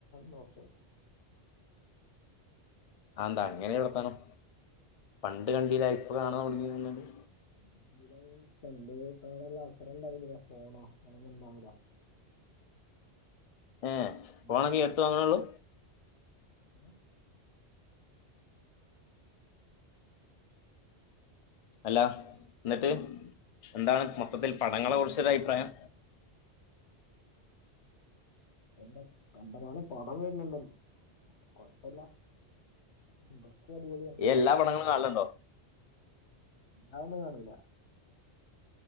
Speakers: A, on the left; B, on the left.
A: കുറച്ചായി.
B: ആ എന്താ അങ്ങനെ ഒരു വർത്താനം? പണ്ട് കണ്ടില്ല ഇപ്പൊ കാണാൻ തുടങ്ങി
A: <unintelligible>
B: ഏ
A: ഫോണും
B: ഫോണൊക്കെ ഈ അടുത്ത് വാങ്ങണള്ളൂ
A: ഹലോ
B: അല്ല
A: എന്താ
B: എന്നിട്ട് എന്താണ് മൊത്തത്തിൽ പടങ്ങളെ കുറിച്ചൊരു അഭിപ്രായം
A: എന്ത കണ്ടമാനം പടം വരുന്നുണ്ടെന്ന് കൊഴപ്പില്ല ഇൻട്രെസ്റ്റി അടിപൊളി
B: ഈ എല്ലാ പടങ്ങളും കാണലുണ്ടോ
A: അതൊന്നും ഒന്നും കാണൂല